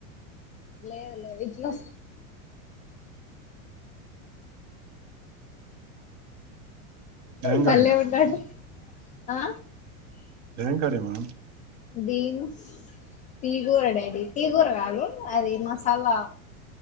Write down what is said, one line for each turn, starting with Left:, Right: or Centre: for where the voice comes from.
Left: లేదు లేదు ఇట్లా
Right: ఏం
Left: బల్లె
Right: కర్రీ
Left: ఉన్నాడు ఆ
Right: ఏం కారేమా
Left: బీన్స్ తీగూర డాడీ తీగూర కాదు అది మసాలా